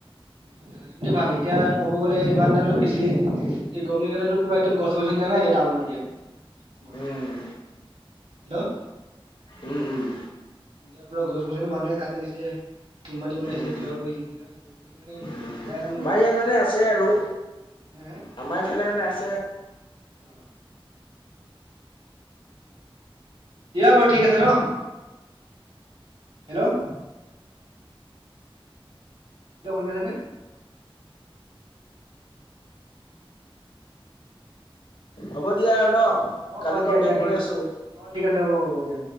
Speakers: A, on the right (about 85°); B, on the left (about 60°).
A: উ ঠাণ্ডা দিনতো এ ভাল এতিয়া ক'ব গ'লে ইমান দাটো বেছি। গমি গাতাতো পৰা একদম গছনি নাই নাই এতি টাউনত ইয়াত। গুৱাহাটী,
B: উম,
A: হেল্ল',
B: উম উম।
A: এতিয়া পুৰা গছ গছনি মানুহে কাটি দিছে। কোম্পানী
B: উম,
A: বনাইছে কিবা কৰিছে সেইকাৰণে গছ গছনি কাৰণে
B: উম
A: নাধাকাই কাৰণে
B: আমাৰ
A: ৰ'দটো
B: ইয়াত
A: দিছে বেছি
B: মানে
A: আহিছে।
B: আছে আৰু
A: হে হে?
B: আমাৰ এইফালে মানে আছে।
A: অ। দিয়া বাৰু ঠিক আছে ন। হেল্ল' এতিয়া শুনি আছে নে?
B: হ'ব দিয়া আৰু ন
A: অ
B: কালি
A: অ দিয়া
B: কন্টেক্ট
A: দিয়া ঠিক
B: কৰি
A: আছে
B: আছোঁ।
A: অ ঠিক আছে হ'ব হ'ব দিয়া।